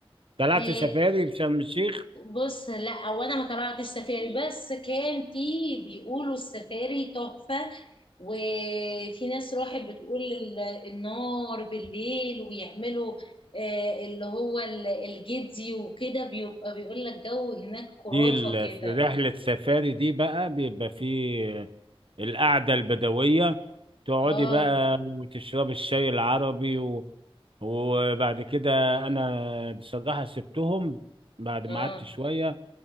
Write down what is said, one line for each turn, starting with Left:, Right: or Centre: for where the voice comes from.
Right: طلعت
Left: آه،
Right: سفاري في شرم الشيخ
Left: بص لا وانا ما طلعتش سفاري بس كان في بيقولوا السفاري تحفة وفي ناس راحت بتقول ال- النار بالليل ويعملوا آه، اللي هو ال- الجدي وكده بيبقى بيقول لك جو هناك خرافة
Right: دي ال-
Left: كده
Right: في رحله سفاري دي بقى بيبقى فيه القعده البدويه تقعدي
Left: اه
Right: بقى وتشربي الشاي العربي و... وبعد كده انا بصراحه سبتهم بعد ما
Left: اه
Right: قعدت شويه